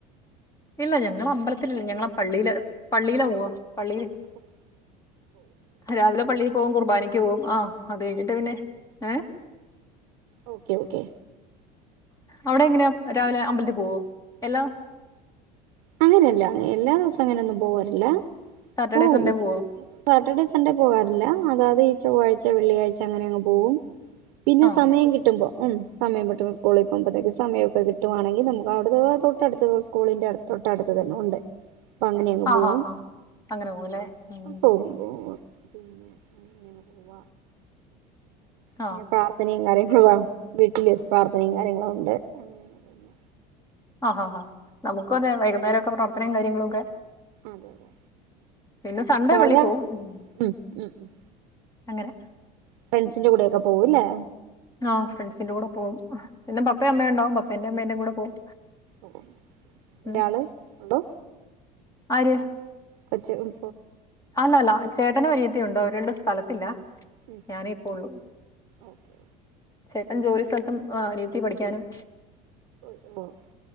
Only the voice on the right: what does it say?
ആഹ് <unintelligible>
നാളത്തെ
ഓക്കെ ഓക്കെ
അങ്ങനെയല്ല എല്ലാ ദെവസോം അങ്ങനെയൊന്നും പോവാറില്ല
പോകും
മിക്കി
ദിവസങ്ങളിലു സാറ്റർഡേ സൺഡേ പോകാറില്ല അതാത് <unintelligible> ചൊവ്വാഴ്ച വെള്ളിയാഴ്ച അങ്ങനെ അങ്ങ് പോവും പിന്നെ
സമയം കിട്ടുമ്പോ ഉം സമയം കിട്ടുമ്പോ സ്കൂളി പോവുമ്പഴത്തേക്കും സമയവൊക്കെ കിട്ടുവാണെങ്കിൽ നമുക്കവിടുന്നു പോവാം തൊട്ടടുത്ത് പോയ് സ്കൂളിന്റെ അടുത്ത് തൊട്ടടുത്ത് തന്നെ ഒണ്ട് അപ്പം അങ്ങനെയങ്ങ്
പോകും
ആ
പോകും പോകും പിന്നെ അങ്ങനെയാണ് പോവ പിന്നെ
പ്രാർത്ഥനയും കാര്യങ്ങളുവാ വീട്ടില് പ്രാർത്ഥനയും കാര്യങ്ങളും ഒണ്ട് അങ്ങനെ അങ്ങ് പോവുന്നു
അതെ അതെ
കാലാവസ്ഥ
ഉം ഉം ഉം
ഫ്രണ്ട്സിന്റെ കൂടെയൊക്കെ പോവു ല്ലേ
ഓ
ഒരാള് എന്തോ
കൊച്ച് ഉം
ഉം
ഓക്കെ
ഓ <unintelligible>